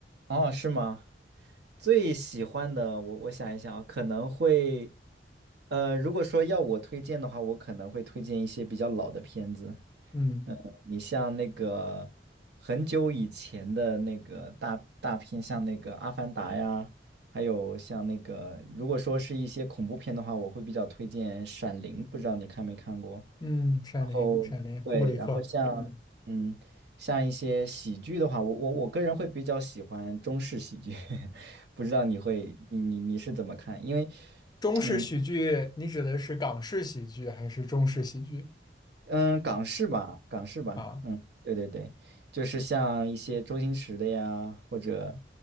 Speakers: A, on the right; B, on the left.
A: 哦，是吗？最喜欢的，我我想一想啊，可能会，呃，如果说要我推荐的话，我可能会推荐一些比较老的片子。
B: 嗯。
A: 嗯，你像那个很久以前的那个大大片，像那个《阿凡达》呀，还有像那个，如果说是一些恐怖片的话，我会比较推荐《闪灵》，不知道你看没看过？
B: 嗯，《闪灵》《闪灵》库布里克，
A: 然后对，然后像嗯，
B: 嗯，
A: 像一些喜剧的话，我我我个人会比较喜欢中式喜剧，<laughs> 不知道你会你你你是怎么看？因为
B: 中式喜剧，
A: 嗯。
B: 你指的是港式喜剧还是中式喜剧
A: 嗯，港式吧，港式吧，
B: 啊？
A: 嗯，对对对，就是像一些周星驰的呀，或者